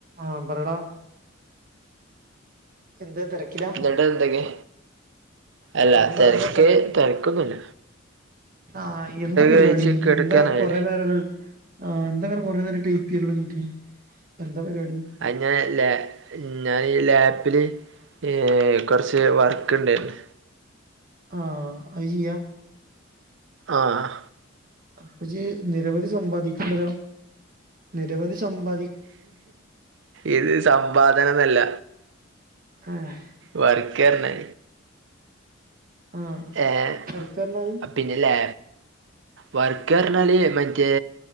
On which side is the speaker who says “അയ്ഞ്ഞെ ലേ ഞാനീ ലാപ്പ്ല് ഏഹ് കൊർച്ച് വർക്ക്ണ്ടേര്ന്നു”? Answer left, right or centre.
Right